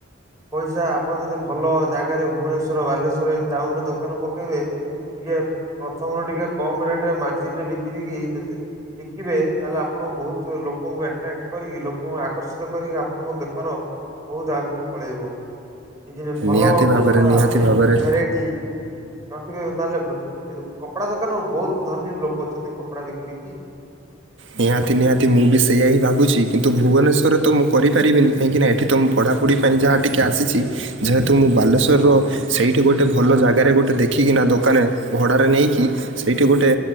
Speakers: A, on the right; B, on the right.
A: ପଇସା ଆପଣ ଯଦି ଭଲ ଜାଗାରେ ଭୁବନେଶ୍ଵର ବାଲେଶ୍ଵର ଏ ଟାଉନରେ ଦୋକାନ ପକେଇବେ ଟିକେ ପ୍ରଥମରୁ ଟିକେ କମ ରେଟରେ ମାର୍ଜିିନରେ ବିକି ଵିକି <unintelligible> ବିକିବେ ତାହେଲେ ଆପଣ ବହୁତ ଲୋକଙ୍କୁ ଆଟ୍ରାକ୍ଟ କରିକି ଲୋକଙ୍କୁ ଆକର୍ଷିତ କରିକି ଆପଣଙ୍କ ବେପାର ବହୁତ ଆଗକୁ ପଳେଇବ କି ଭଲ
B: ନିହାତି ଭାବରେ
A: କପଡା
B: ନିହାତି ଭାବରେ
A: ଭେରାଇଟି ରଖିବେ ତାହେଲେ <unintelligible> କପଡା ଦୋକାନ ଆଉ ବହୁତ ଧନୀ ଲୋକ ଅଛନ୍ତି କପଡା ବିକି ବିକି
B: ନିହାତି ନିହାତି ମୁଁ ବି ସେଇଆ ହିଁ ଭାବୁଛି କିନ୍ତୁ ଭୁବନେଶ୍ୱର ତ ମୁଁ କରିପାରିବିନି କାହିଁକିନା ଏଠି ତ ମୁଁ ପଢ଼ାପଢ଼ି ପାଇଁ ଯାହା ଟିକିଏ ଆସିଛି ଯେହେତୁ ମୁଁ ବାଲେଶ୍ୱରର ସେଇଠି ଗୋଟେ ଭଲ ଜାଗାରେ ଗୋଟେ ଦେଖିକିନା ଦୋକାନ ଭଡ଼ାରେ ନେଇକି ସେଇଠି ଗୋଟେ